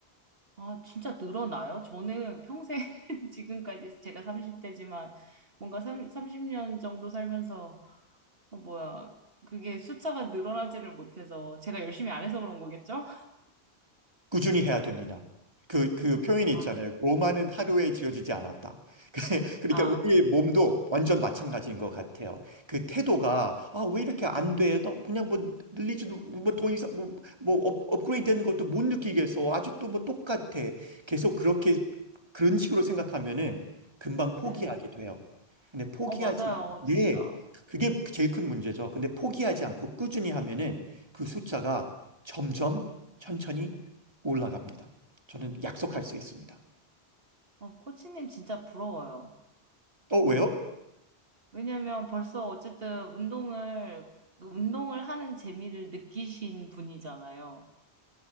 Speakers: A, on the right (about 60°); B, on the right (about 25°).
A: 아, 진짜 늘어나요? 저는 평생 <laughs> 지금까지 제가 30대지만 뭔가 3, 삼0년 정도 살면서 어, 뭐야 그게 숫자가 늘어나지를 못해서 제가 열심히 안 해서 그런 거겠죠?
B: 꾸준히 해야 됩니다. 그, 그 표현이
A: 아,
B: 있잖아요. 로마는 하루에 지어지지 않았다. <laughs> 그러니까
A: 아,
B: 우리의 몸도 완전 마찬가지인 것 같아요. 그 태도가, 아, 왜 이렇게 안 돼? 너 그냥 뭐 늘리지도, 뭐 더 이상, 뭐, 뭐 업, 업그레이드 되는 것도 못 느끼겠어. 아직도 뭐 똑같아. 계속 그렇게, 그런 식으로 생각하면은 금방 포기하게
A: 네.
B: 돼요. 근데 포기하지,
A: 어, 맞아요.
B: 네.
A: 진짜.
B: 그게 제일 큰 문제죠. 근데 포기하지 않고 꾸준히 하면은 그 숫자가 점점 천천히 올라갑니다. 저는 약속할 수 있습니다.
A: 어, 코치님 진짜 부러워요.
B: 어, 왜요?
A: <laughs> 왜냐면 벌써 어쨌든 운동을 그 운동을 하는 재미를 느끼신 분이잖아요.